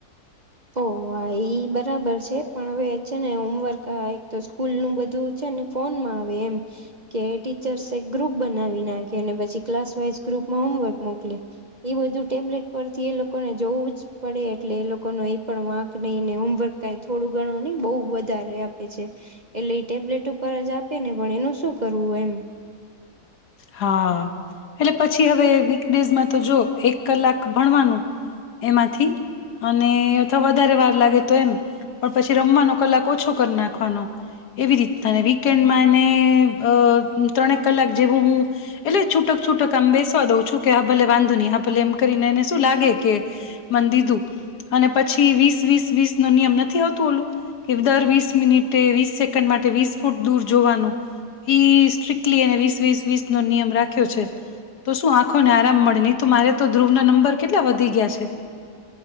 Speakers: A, on the right (about 35°); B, on the left (about 85°).
A: ઓહ ઈ બરાબર છે પણ હવે છે ને હોમવર્ક આ એક તો સ્કૂલ નું બધું છે ને ફોનમાં આવે એમ કે ટીચર્સ એક ગ્રુપ બનાવી નાખે અને પછી ક્લાસ વાઈઝ ગ્રુપમાં હોમવર્ક મોકલે ઈ બધું ટેબ્લેટ પરથી એ લોકોને જોવું જ પડે એટલે એ લોકોનો પણ વાંક નહીં ને હોમવર્ક કઈ થોડું ગણું નહીં બહુ વધારે આપે છે એટલે ટેબ્લેટ ઉપર જ આપે ને પણ એનું શું કરવું એમ
B: હા એટલે પછી હવે વીકડેઝમાં તો જો એક કલાક ભણવાનું એમાંથી અને અથવા વધારે વાર લાગે તો એમ પણ પછી રમવાનો કલાક ઓછો કર નાખવાનો એવી રીત વીકેન્ડમાં એને અ ત્રણેક કલાક જેવું હું એટલે છૂટક-છૂટક આમ બેસવા દઉં છું કે હા ભલે વાંધો નહીં હા ભલે એમ કરીને એને શું લાગે કે મન દીધું અને પછી વીસ-વીસ-વીસ નો નિયમ નથી આવતું ઓલું કે દર વીસ મિનિટે વીસ સેકન્ડ માટે વીસ ફૂટ દૂર જોવાનું ઈ સ્ટ્રીક્ટલી એને વીસ વીસ વીસ નો નિયમ રાખ્યો છે તો શું આંખોને આરામ મળે નહી તો મારે તો ધ્રુવ ના નંબર કેટલા વધી ગયા છે